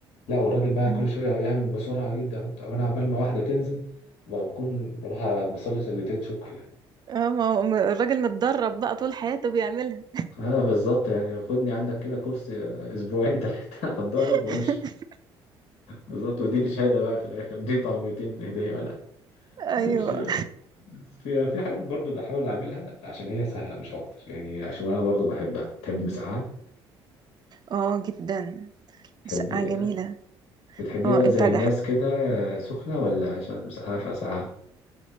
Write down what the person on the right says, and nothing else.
أمم.
اه ما هو- ما الراجل متدرب بقى طول حياته بيعملها
<laughs>
ايوه
اه جدا مسقعة
جميلة
اه
انت
جح-